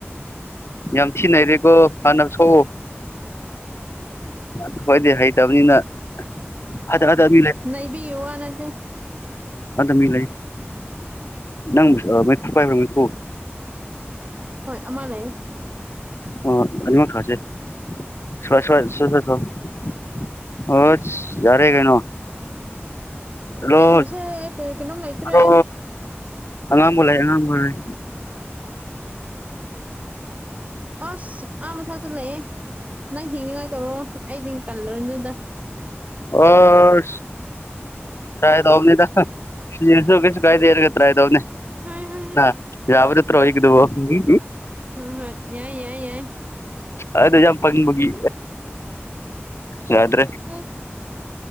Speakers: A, on the left (about 70°); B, on the right (about 30°).
A: ꯌꯥꯝꯊꯤ ꯅꯩꯔꯦꯀꯣ ꯍꯥꯟꯅ ꯁꯣ
B: <unintelligible>
A: ꯑꯈꯣꯏꯗꯤ ꯍꯩꯇꯕꯅꯤꯅ <unintelligible> ꯑ ꯑꯥꯗ
B: ꯅꯩꯕꯤꯒꯤ ꯋꯥ ꯅꯠꯇꯦ
A: ꯃꯤ ꯂꯩ ꯅꯪ ꯃꯩꯐꯨ ꯄꯥꯏꯕ꯭ꯔꯥ ꯃꯩꯐꯨ
B: ꯍꯣꯏ ꯑꯃ ꯂꯩꯌ°꯫
A: ꯑꯣ ꯑꯅꯤꯃꯛ ꯊꯥꯁꯦ ꯁ꯭ꯋꯥꯏ ꯁ꯭ꯋꯥꯏ <unintelligible> ꯑꯁ ꯌꯥꯔꯦ ꯀꯩꯅꯣ ꯔꯣ
B: ꯆꯦꯟꯈ꯭ꯔꯁꯦ ꯑꯩ ꯀꯩ- ꯀꯩꯅꯣꯝ ꯂꯩꯇ꯭ꯔꯦ
A: ꯔꯣ ꯑꯉꯥꯡꯕ ꯂꯩ ꯑꯉꯥꯡꯕ ꯂꯩ
B: ꯑꯁ ꯑꯥ ꯃꯊꯛꯇ ꯂꯩꯑꯦ ꯅꯪ ꯍ°ꯛꯅꯤꯡꯉꯥꯏ ꯇꯧꯔꯣ ꯑꯩꯗꯤ ꯇꯜꯂꯅꯨꯗ
A: ꯑꯁ ꯇ꯭ꯔꯥꯏ ꯇꯧꯕꯅꯤꯗ꯫ ꯁꯤꯔꯁꯨ ꯀꯩꯁꯨ ꯀꯥꯏꯗ° ꯑꯗꯨꯒ ꯇ꯭ꯔꯥꯏ ꯇꯧꯕꯅ°꯫
B: ꯍꯣꯏ ꯍꯣꯏ ꯍꯣꯏ
A: ꯍꯥ ꯌꯥꯕ ꯅꯠꯇ꯭ꯔꫭ ꯑꯩꯒꯤꯗꯨꯕꫭ?
B: ꯍꫭꯏ ꯍꫭꯏ ꯌꯥꯏ ꯌꯥꯏ ꯌꯥꯏ
A: ꯑꯩꯗꫭ ꯌꯥꯝ ꯄꯪꯕꯒꯤ ꯌꯥꯗ꯭ꯔꯦ
B: <unintelligible>